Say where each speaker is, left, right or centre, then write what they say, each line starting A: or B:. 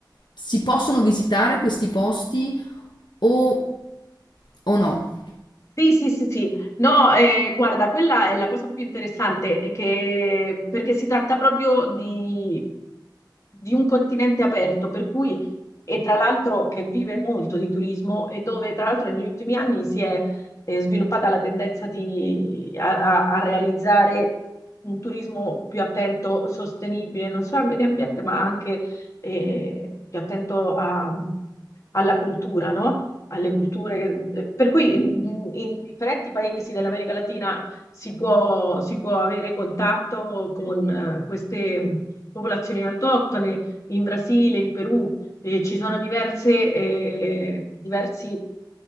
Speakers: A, on the left; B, on the left.
A: Si possono visitare questi posti o, o no?
B: Sì, sì, sì, sì. No, eh, guarda, quella è la cosa più interessante, che- perché si tratta proprio di, di un continente aperto, per cui, e tra l'altro che vive molto di turismo e dove tra l'altro negli ultimi anni si è eh, sviluppata la tendenza di, a, a- a realizzare un turismo più attento, sostenibile, non solo al medio ambiente, ma anche eh, più attento a- alla cultura, no? alle culture, che- per cui in, in differenti paesi dell'America Latina si può, si può avere contatto con eh, queste popolazioni autoctone, in Brasile, in Perù, eh, ci sono diverse, eh, diversi